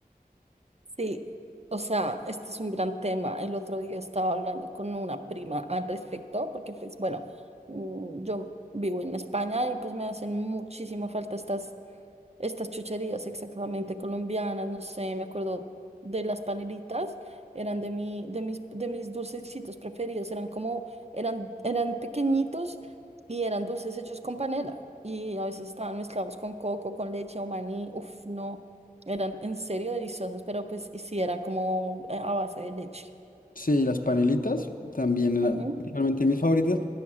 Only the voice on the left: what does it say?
Sí, las panelitas también eran
realmente mis favoritas,